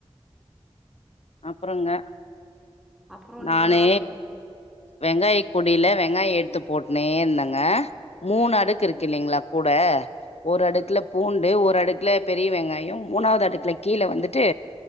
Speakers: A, on the left (about 75°); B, in the centre.
A: அப்புறங்க
B: அப்புறோ
A: நானு
B: நீங்க தா சொல்ணு
A: வெங்காயக் கூடைல வெங்காய எடுத்து போட் னே இருந்தங்க மூணு
B: ம்
A: அடுக்கு இருக்கு இல்லைங்களா கூட ஒரு
B: ம்
A: அடுக்குல பூண்டு ஒரு அடுக்குல பெரிய வெங்காயொ மூணாவது அடுக்குல கீழ வந்து ட்டு